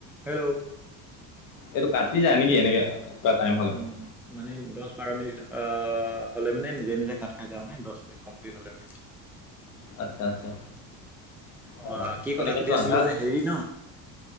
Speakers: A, in the centre; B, on the left.
A: Hello
B: এইটো কাটি যায় নেকি এনেকে কিবা টাইম হ'লে
A: অ
B: মানে
A: মানে দছ বাৰ মিনিট অ হ'লে মানে নিজে নিজে কাট খাই যায় মানে দছ মিনিট কমপ্লিট হলে মানে
B: আচ্ছা আচ্ছা
A: অ',
B: আহ
A: কি কথা
B: এনেকে
A: পাতি
B: চোৱা
A: আছিলো
B: আধা
A: যে হেৰি ন